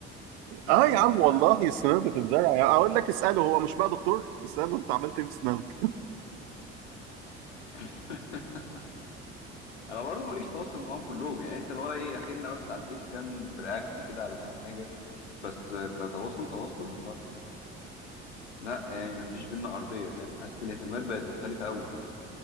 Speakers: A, on the left; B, on the right.
A: لا
B: اه
A: يا عم
B: يا عم
A: ما بتزرعش
B: والله السنان بتتزرع يعني اقول لك اساله هو مش بقى دكتور؟ اساله انت عملت ايه في اسنانك؟
A: <laughs> انا برضو ماليش تواصل معاهم كلهم يعني انت اللي هو ايه اخرنا بس على الفيس كام رياكت كده على كام حاجه بس كتواصل تواصل فلا يعني ما فيش بينا ارضيه فاهم حاسس الاهتمامات بقت مختلفه قوي